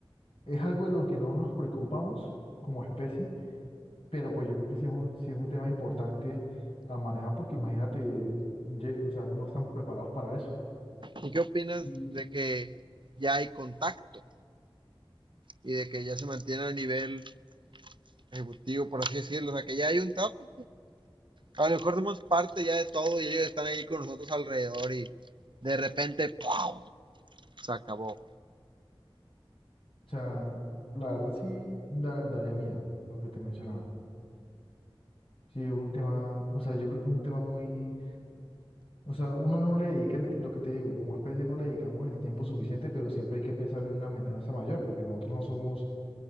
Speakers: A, on the left; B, on the right.
A: es algo de lo que no nos preocupamos como especie, pero pues yo creo que sí es un, sí es un tema importante a manejar porque imagínate, lle- o sea, no estamos preparados para eso.
B: ¿Y qué opinas
A: Y,
B: de que ya hay contacto y de que ya se mantiene a nivel ejecutivo, por así decirlo? O sea, que ya hay un trato A lo mejor somos parte ya de todo y ellos están ahí con nosotros alrededor y de repente ¡pau! se acabó.
A: o sea, la verdad sí da- daría miedo lo que te mencionaba. Sí, es un tema, o sea, yo creo que es un tema muy O sea, uno no le dedica el ti- lo que te digo, como especie no le dedicamos el tiempo suficiente, pero siempre hay que pensar en una amenaza mayor, porque nosotros no somos,